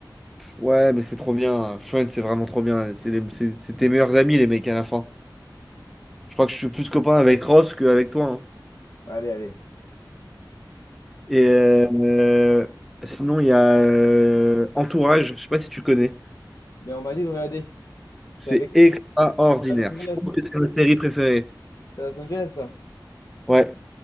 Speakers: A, in the centre; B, on the left (about 50°).
A: Ouais, mais c'est trop bien. Friends, c'est vraiment trop bien. C'est les- c'est- c'est tes meilleurs amis, les mecs, à la fin. Je crois que je suis plus copain avec Ross qu'avec toi. hein.
B: Bah, Allez, allez.
A: Et euh, sinon, il y a euh, Entourage, je sais pas si tu connais.
B: Mais on m'a dit de regarder. C'est
A: C'est
B: avec
A: extraordinaire.
B: c'est à Los Angeles.
A: Je pense que c'est ma série préférée.
B: C'est à Los Angeles, là.
A: Ouais,